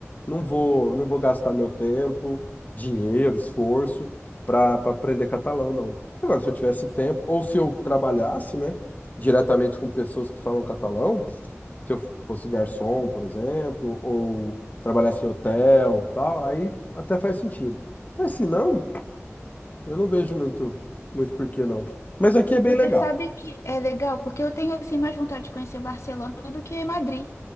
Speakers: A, on the left; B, on the left.
A: Não vou, não vou gastar meu tempo, dinheiro, esforço para para aprender catalão, não. Agora, se eu tivesse tempo, ou se eu trabalhasse, né, diretamente com pessoas que falam catalão, se eu fosse garçom, por exemplo, ou trabalhasse em hotel, tal, aí até faz sentido. Mas se não, eu não vejo muito, muito porquê, não. Mas aqui é bem
B: Você
A: legal.
B: sabe que é legal, porque eu tenho, assim, mais vontade de conhecer Barcelona do que Madrid.